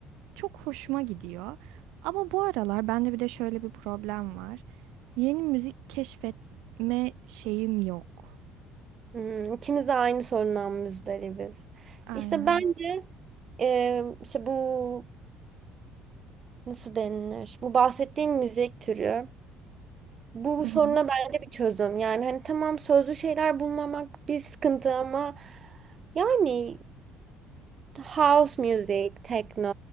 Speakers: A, on the right; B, on the right.
A: çok hoşuma gidiyor. Ama bu aralar bende bir de şöyle bir problem var. Yeni müzik keşfetme şeyim yok.
B: Hmm, ikimiz de aynı sorundan muzdaribiz.
A: Aynen.
B: İşte bence e, işte bu nasıl denilir? Bu bahsettiğim müzik türü Bu
A: Hı
B: soruna
A: hı.
B: bence bir çözüm. Yani hani tamam sözlü şeyler bulmamak bir sıkıntı ama yani house music, techno,